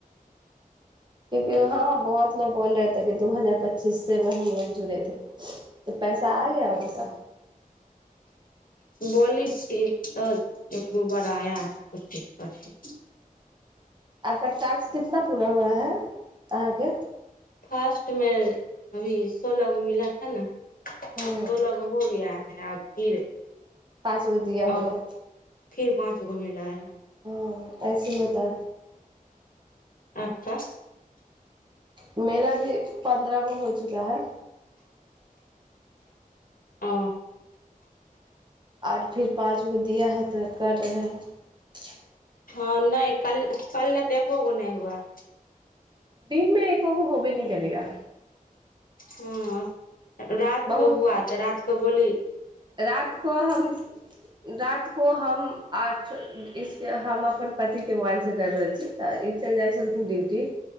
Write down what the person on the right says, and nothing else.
क्यूंकि हँ बहुत लोग बोल रहेथे कि दू हजार पच्चीस से मे हमलोग जुड़े े तऽ पैसा आ गया उनका
आपका टास्क कितना पूरा हुआ है अहाँके
ह
पाँच गो दिया
होगा
ह ऐसे होता
मेरा भी पन्द्रह गो हो चुका है
आर फेर पाँच गो दिया है तऽ कर रहै हइ
दिनमे एकोगो होबे न करेगा
बहुत
रात को हम रात को हम आठ इस हम अपन पतिके मोबाइलसँ करि रहल छी तऽ ई चलि जाइत छलखिन ड्यूटी